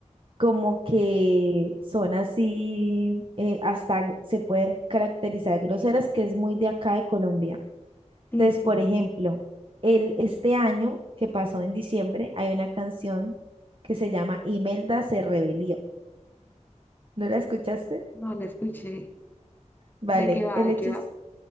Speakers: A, on the right (about 45°); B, on the left (about 15°).
A: como que son así, eh, hasta gr- se pueden caracterizar groseras, que es muy de acá de Colombia.
B: Sí,
A: Entonces,
B: sí.
A: por ejemplo, el, este año que pasó en diciembre, hay una canción que se llama Imelda se rebelió. ¿No la escuchaste?
B: no la escuché.
A: Vale,
B: ¿De qué va?
A: el
B: ¿De
A: hecho
B: qué va?
A: es